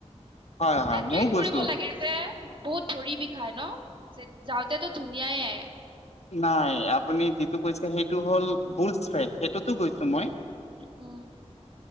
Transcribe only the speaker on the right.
এ ট্ৰেক
কৰিব লাগে যে বহুত ভৰি বিষায় ন যাওঁতেতো ধুনীয়ায়ে।
উম।